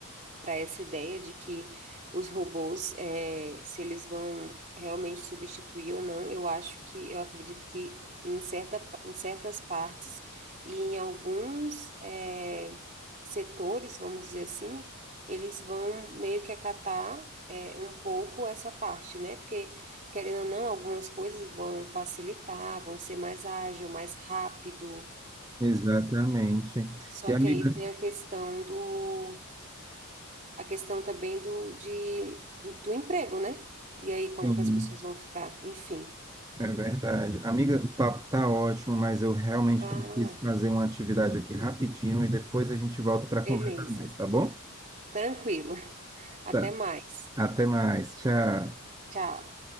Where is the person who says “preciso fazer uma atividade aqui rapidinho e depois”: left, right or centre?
Right